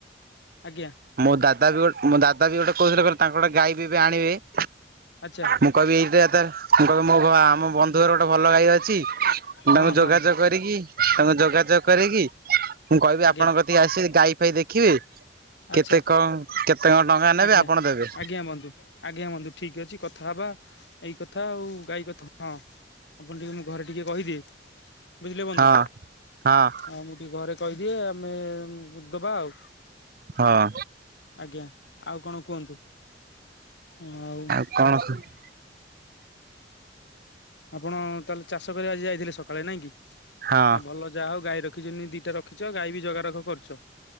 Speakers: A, on the left; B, on the right.
A: ଆଜ୍ଞା।
B: ମୋ ଦାଦା ବି ଗୋଟେ ମୋ ଦାଦ ବି ଗୋଟେ କହୁଥିଲେ ତାଙ୍କ ଗୋଟେ ଗାଈ ବି ଆଣିବେ
A: ଆଚ୍ଛା।
B: ମୁଁ କହିବି ଏଇଟା ତ କହିବି ମୋ ଆମ ବନ୍ଧୁ ଘର ଗୋଟେ ଭଲ ଗାଈ ଅଛି କ ମୁଁ
A: ହଁ
B: ତାଙ୍କୁ
A: ହଁ
B: ଯୋଗାଯୋଗ କରିକି ତାଙ୍କୁ ଯୋଗାଯୋଗ କରିକି ମୁଁ କହିବି
A: ଆଜ୍ଞା
B: ଆପଣଙ୍କ ଟିକେ ଆସିବି ଗାଈ ଫାଇ ଦେଖିବେ କେତେ
A: ଆଛା
B: କଣ କେତେ କଣ ଟଙ୍କା ନେବେ
A: ଆଜ୍ଞା
B: ଆପଣ ଦେବେ
A: ଆଜ୍ଞା ବନ୍ଧୁ। ଆଜ୍ଞା ବନ୍ଧୁ ଠିକ୍ ଅଛି କଥା ହବା ଏଇ କଥା ଆଉ ଗାଈ କଥା ହଁ ଆପଣ ଟିକେ ମୁଁ ଘରେ ଟିକେ କହିଦେ, ବୁଝିଲେ ବନ୍ଧୁ?
B: ହଁ ହଁ।
A: ଆଉ ମୁଁ ଟିକେ ଘରେ କହିଦିଏ ଆମେ ବୁଧବାର ଆଉ
B: ହଁ
A: ଆଜ୍ଞା, ଆଉ କଣ କୁହନ୍ତୁ? ଆଉ
B: କଣ?
A: ଆପଣ ତାହେଲେ ଚାଷ କରିବା ଆଜି ଯାଇଥିଲେ ସକାଳେ ନାଇଁ କି?
B: ହଁ
A: ଆଉ ଭଲ ଯାହା ହଉ ଗାଈର ଖିଜିନି ଦିଟା ରଖିଛ, ଗାଇ ବି ଜଗାରକୁ କରୁଛ।